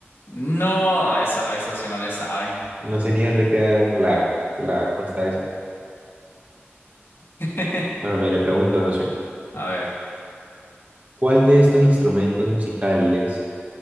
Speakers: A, on the left; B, on the right.
A: No, no le sabe, socio, no le sabe.
B: No sé ni dónde queda la, la costa esa.
A: <laughs>
B: Bueno, mire, le pregunto, socio,
A: A ver,
B: ¿cuál de estos instrumentos musicales